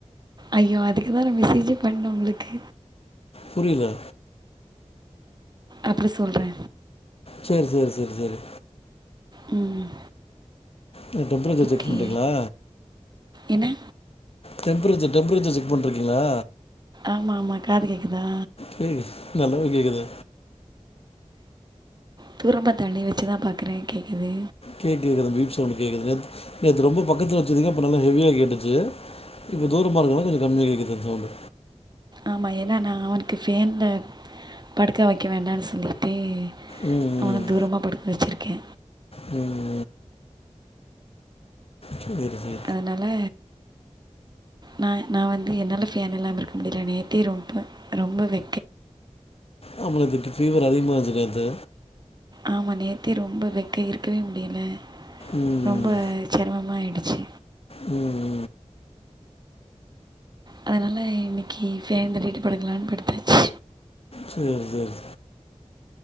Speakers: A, on the right; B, on the left.
A: ஐயோ அதுக்குதா நா மெசேஜே பண்ணே உங்களுக்கு
B: புரியில
A: அப்றொ சொல்றே
B: சேர் சேர் சேரி சேரி
A: ம்
B: என்ன டெம்ப்ரேச்சர்
A: ஓகே
B: செக் பண்றீங்களா?
A: என்ன
B: டெம்ப்ரேச்சர் டெம்ப்ரேச்சர் செக் பண்ட்ருக்கிங்ளா
A: ஆமாமா காது கேக்குதா
B: கேகுது நல்லாவே கேக்குதே
A: தூரமா தள்ளி வச்சுதா பாக்குறே கேக்குது
B: கேக்குது அந்த பீப் சவுண்டு கேக்குது நேத்து நேத்து ரொம்ப பக்கத்துல வச்சுருந்திங்க அப்ப நல்லா ஹெவியா கேட்டுச்சு இப்ப தூரமா இருக்கனா கொஞ்ச கம்மியா கேக்குது அந் சவுண்டு
A: ஆமா ஏனா நா அவனுக்கு ஃபேன்ல படுக்க வக்க வேண்டானு சொல்லிட்டு
B: ம்
A: அவன
B: ம்,
A: தூரமா படுக்க வச்சுருக்கே
B: ம் சேரி சே
A: அதுனால நா‌ நா வந்து என்னால ஃபேன் இல்லாம இருக்க முடில நேத்தே ரொம்ப ரொம்ப வெ
B: ஆமா நேத்துக்கு ஃபீவர் அதிகமா இருந்ச்சு நேத்து
A: ஆமா நேத்தே ரொம்ப வெக்க இருக்கவே முடியில
B: ம்
A: ரொம்ப செரமமா ஆயிடுச்சு
B: ம்
A: அதுனால இன்னக்கி ஃபேன்ல பேயிட்டு படுக்கலான் படுத்தாச்சு
B: சேர் சேர்